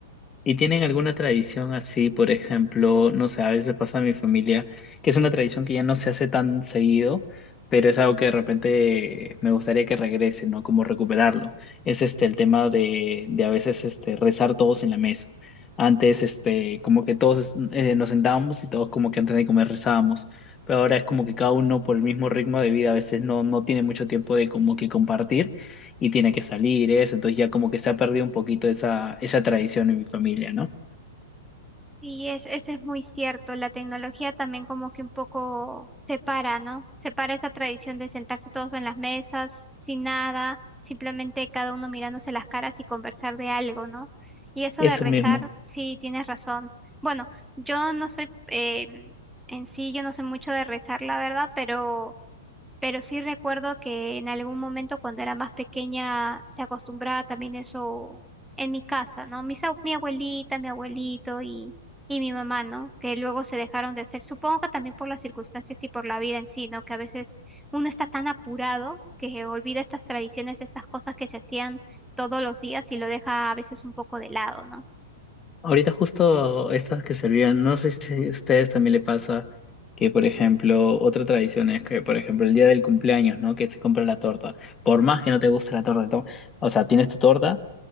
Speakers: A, on the left; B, in the centre.
A: ¿Y tienen alguna tradición así, por ejemplo, no sé, a veces pasa en mi familia, que es una tradición que ya no se hace tan seguido, pero es algo que de repente me gustaría que regrese, ¿no? Como recuperarlo. Es este el tema de, de a veces este, rezar todos en la mesa. Antes, este, como que todos eh, nos sentábamos y todos como que antes de comer rezábamos, pero ahora es como que cada uno por el mismo ritmo de vida a veces no, no tiene mucho tiempo de como que compartir y tiene que salir eso, entonces ya como que se ha perdido un poquito esa, esa tradición en mi familia, ¿no?
B: Y es, eso es muy cierto, la tecnología también como que un poco separa, ¿no? Separa esa tradición de sentarse todos en las mesas, sin nada, simplemente cada uno mirándose las caras y conversar de algo, ¿no? Y eso
A: Eso
B: de rezar,
A: mismo.
B: sí, tienes razón. Bueno, yo no soy, eh, en sí, yo no sé mucho de rezar, la verdad, pero pero sí recuerdo que en algún momento cuando era más pequeña se acostumbraba también eso en mi casa, ¿no? Mis, ab- mi abuelita, mi abuelito y, y mi mamá, ¿no? Que luego se dejaron de hacer, supongo que también por las circunstancias y por la vida en sí, ¿no? Que a veces uno está tan apurado que olvida estas tradiciones, estas cosas que se hacían todos los días y lo deja a veces un poco de lado, ¿no?
A: Ahorita justo estas que se olvidan, no sé si a ustedes también le pasa que, por ejemplo, otra tradición es que, por ejemplo, el día del cumpleaños, ¿no? Que se compra la torta. Por más que no te guste la torta, to- o sea, tienes tu torta